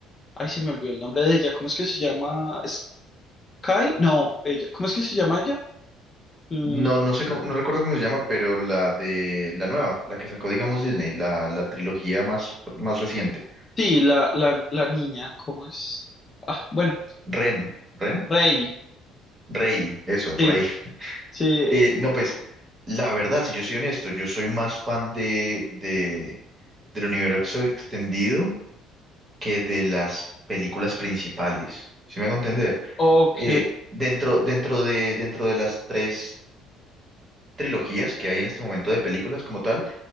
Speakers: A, on the left; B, on the right.
A: Ay, se me olvidó el nombre de ella, ¿cómo es que se llama? ¿Sky? No, ella, ¿cómo es que se llama ella? Mm,
B: No, no sé cómo, no recuerdo cómo se llama, pero la de la nueva, la que sacó, digamos, Disney, la, la trilogía más, más reciente.
A: sí, la, la, la niña, ¿cómo es? Ah, bueno,
B: Ren, Ren,
A: Rey,
B: Rey, eso,
A: sí,
B: Rey.
A: sí,
B: Eh, no, pues la verdad, si yo soy honesto, yo soy más fan de, de, del universo extendido que de las películas principales. ¿Sí me hago entender?
A: ok,
B: Eh, dentro, dentro de, dentro de las tres trilogías que hay en este momento de películas como tal,